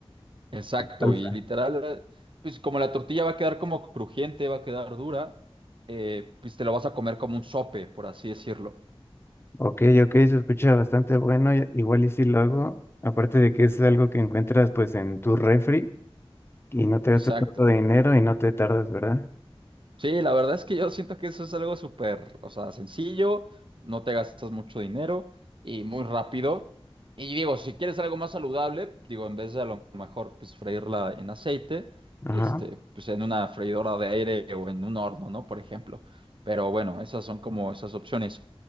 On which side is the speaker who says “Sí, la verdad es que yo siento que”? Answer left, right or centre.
Right